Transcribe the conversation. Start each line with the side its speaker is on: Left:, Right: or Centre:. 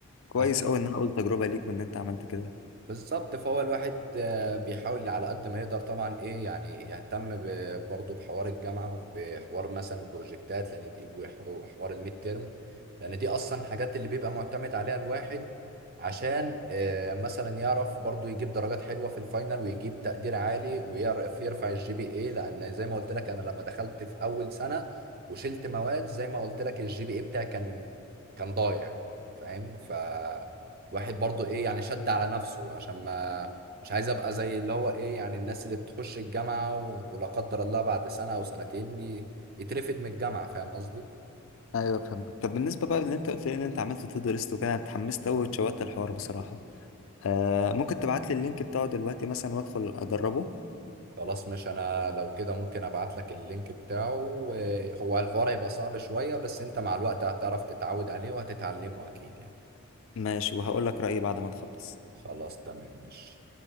Left: كويس
Right: بس
Left: قوي ان انا اقول تجربه ليك وان انت عملت كده
Right: بالظبط فهو الواحد آه، بيحاول على قد ما يقدر طبعا ايه يعني يهتم ب- برضه بحوار الجامعه وبحوار مثلا البروجكتات لان دي وحوار الميد تيرم لان دي اصلا الحاجات اللي بيبقى معتمد عليها الواحد عشان آه، مثلا يعرف برضه يجيب درجات حلوه في الفاينل ويجيب تقدير عالي ويعرف يرفع الجي بي اي لان زي ما قلت لك انا لما دخلت في اول سنه وشلت مواد زي ما قلت لك الجي بي اي بتاعي كان كان ضايع فاهم ف واحد برضو ايه يعني شد على نفسه عشان ما مش عايز ابقى زي اللي هو ايه يعني الناس اللي بتخش الجامعة و- ولا قدر الله بعد سنة او سنتين ي- يترفد من الجامعة فاهم قصدي
Left: ايوه فهمتك طب بالنسبه بقى اللي انت قلت لي ان انت عملت تو دو ليست وكده انا اتحمست قوي واتشوقت الحوار بصراحه آه ممكن تبعت لي اللينك بتاعه دلوقتي مثلا وادخل اجربه
Right: خلاص مش انا لو كده ممكن ابعت لك اللينك بتاعه و- هو الحوار هيبقى صعب شوية بس انت مع الوقت هتعرف تتعود عليه وهتتعلمه اكيد يعني
Left: ماشي وهقول لك رايي بعد ما نخلص
Right: خلاص تمام مش